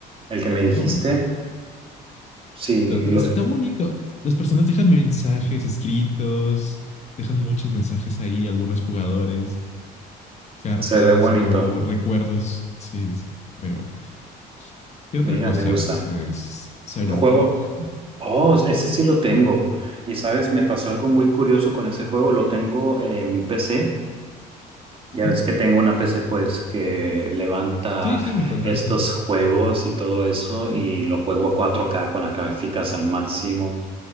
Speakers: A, on the right; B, on the left.
A: el que me dijiste,
B: Está bonito.
A: sí,
B: Lo-
A: los,
B: Está bonito. Las personas dejan mensajes escritos, dejan muchos mensajes ahí, algunos jugadores, cartas
A: se ve bonito.
B: o recuerdos. Sí, sí, muy bonito. ¿Qué otra
A: Mira,
B: cosa
A: me gusta.
B: es, es Cyberpunk?
A: El juego, oh, ese sí lo tengo. Y sabes, me pasó algo muy curioso con ese juego. Lo tengo en mi PC. Ya
B: Ujú.
A: ves que tengo una PC pues que levanta
B: Sí, sí, me contaste.
A: estos juegos y todo eso y lo juego a cuatro k con las gráficas al máximo.